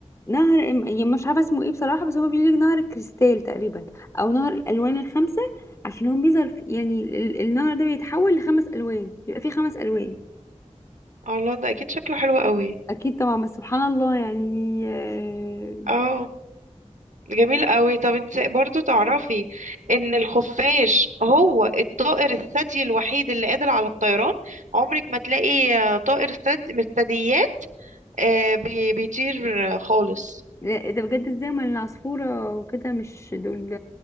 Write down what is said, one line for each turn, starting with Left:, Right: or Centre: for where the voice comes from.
Left: نهر ام- يعني مش عارفه اسمه ايه بصراحه بس هو بيقولك نهر الكريستال تقريبا او نهر الالوان الخمسه عشان هو بيظهر في... يعني ال- ال- النهر ده بيتحول لخمس الوان بيبقى فيه خمس الوان
Right: الله ده اكيد شكله حلو قوي
Left: اكيد طبعا بس سبحان الله يعني آه،
Right: اه جميل قوي طب انت برضو تعرفي ان الخفاش هو الطائر الثدي الوحيد اللي قادر على الطيران عمرك ما تلاقي آه، طائر ثدي من الثدييات آه، بي- بيطير آه، خالص
Left: لا، ده بجد ازاي ما العصفوره وكده مش دول